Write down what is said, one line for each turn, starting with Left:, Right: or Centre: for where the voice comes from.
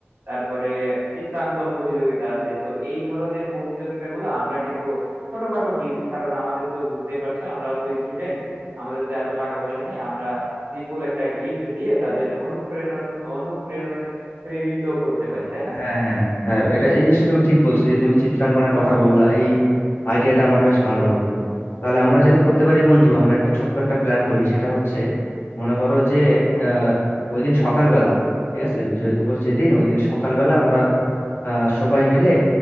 Right: তারপরে চিত্রাঙ্কন প্রতিযোগিতা আছে তো এই ধরনের প্রতিযোগিতাগুলো আমরা কিন্তু ছোটখাটো গিফট কারণ আমাদের তো বুঝতেই পারছো আমরাও তো স্টুডেন্ট আমাদের তো এত টাকা পয়সা নেই আমরা সিম্পল একটা গিফট দিয়ে তাদের অনুপ্রেরণা অনুপ্রেরণা প্রেরিত করতে পারি তাই না
Left: হ্যাঁ হ্যাঁ হ্যাঁ এটা এই জিনিসটা তুমি ঠিক বলছো যে তুমি চিত্রাঙ্কনের কথা বললা এই আইডিয়াটা আমার বেশ ভালো লাগলো তাহলে আমরা যেটা করতে পারি বন্ধু আমরা একটা ছোট্ট একটা প্ল্যান করি সেটা হচ্ছে মনে করো যে আহ ওই দিন সকালবেলা ঠিক আছে বিজয় দিবস যেদিন ওই দিন সকালবেলা আমরা আহ সবাই মিলে